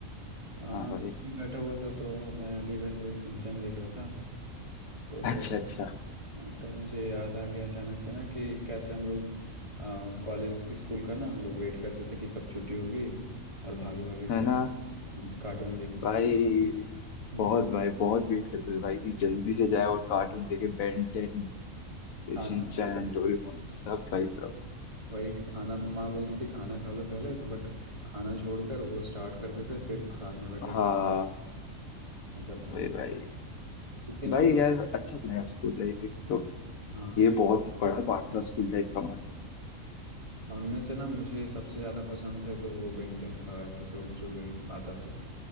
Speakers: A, on the right; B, on the left.
A: हाँ
B: हाँ भाई
A: मैं बैठा हुआ था तो मैं अभी वैसे सिंचन देख रहा था तो फिर
B: अच्छा अच्छा
A: हाँ, तब मुझे याद आ गया अचानक से ना कि कैसे हम लोग आ, कॉलेज स्कूल का ना हम लोग वेट करते थे कि कब छुट्टी होगी और भागे भागे जाएंगे
B: है ना
A: कार्टून देखने
B: भाई
A: हम्म।
B: बहुत भाई बहुत वेट करते थे भाई कि जल्दी से जाए और कार्टून देखे बेन टेन
A: खाना
B: शिनचैन
A: छोड़कर
B: डोरेमोन सब भाई सब
A: वही खाना माँ बोलती थी खाना खा लो पहले तो बट खाना छोड़कर वो स्टार्ट करते थे फिर साथ में बैठ के
B: हाँ
A: ऐसा था
B: भाई भाई
A: क्योंकि ना
B: भाई यार अच्छा था यार स्कूल लाइफ एक तो
A: हाँ
B: ये बहुत बड़ा पार्ट था स्कूल लाइफ का हमारा
A: उनमें से ना मुझे सबसे ज़्यादा पसंद है तो वो बेंटेन का एपिसोड जो भी आता था